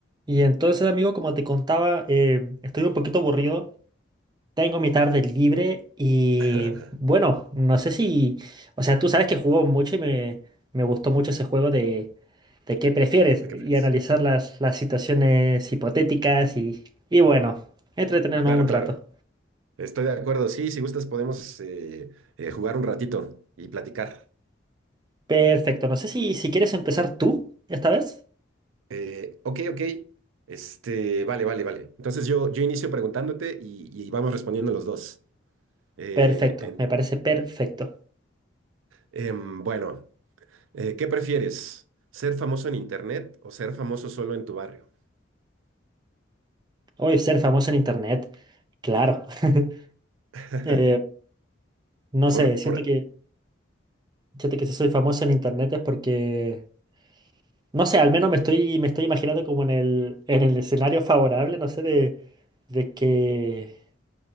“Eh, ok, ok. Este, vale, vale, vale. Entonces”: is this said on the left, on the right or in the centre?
Right